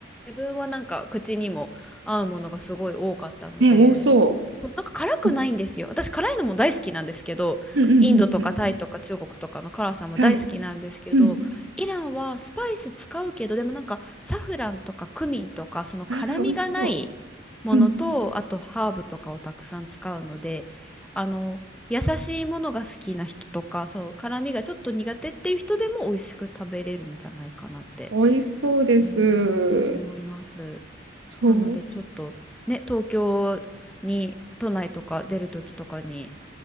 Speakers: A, in the centre; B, on the right.
A: 自分はなんか口にも合うものがすごい多かったので、
B: ね、多そ
A: そうなんか辛くないんですよ。
B: う。うん
A: 私辛いのも大好きなんですけど、
B: うんうんうん。
A: インドとかタイとか中国とかの辛さも大好きなんですけど、
B: はい。うん。
A: イランはスパイス使うけど、でもなんかサフランとかクミンとかその辛みがない
B: ああ、美味しそ
A: ものと、
B: う。うん。
A: あとハーブとかをたくさん使うので、あの、優しいものが好きな人とか、そう、辛みがちょっと苦手っていう人でも美味しく食べれるんじゃないかなって
B: 美味しそうです。
A: うん思います。
B: そう。
A: なのでちょっとね、東京に都内とか出る時とかに